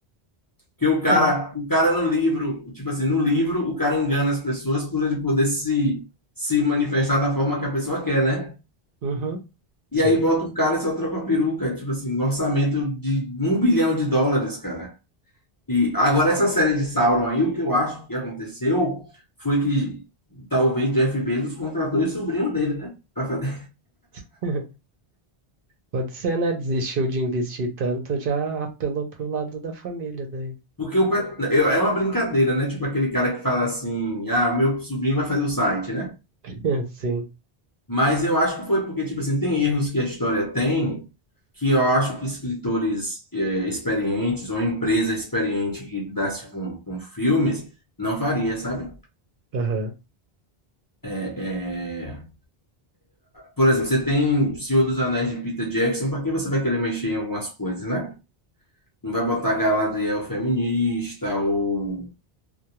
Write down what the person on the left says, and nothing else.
Que o cara,
o cara no livro, tipo assim, no livro o cara engana as pessoas por ele poder se, se manifestar da forma que a pessoa quer, né?
E
aí bota o cara e só troca a peruca, tipo assim, um orçamento de um bilhão de dólares, cara. E agora essa série de Sauron aí, o que eu acho que aconteceu foi que talvez Jeff Bezos contratou o sobrinho dele, né? Pra fazer.
<laughs> Porque o pe- eu- é uma brincadeira, né? Tipo aquele cara que fala assim, ah, meu sobrinho vai fazer o site, né?
Mas eu acho que foi porque, tipo assim, tem erros que a história tem que eu acho que escritores eh, experientes ou empresa experiente que lidasse com, com filmes não faria, sabe?
É, é, Por exemplo, você tem Senhor dos Anéis de Peter Jackson, para que você vai querer mexer em algumas coisas, né? Não vai botar Galadriel feminista ou,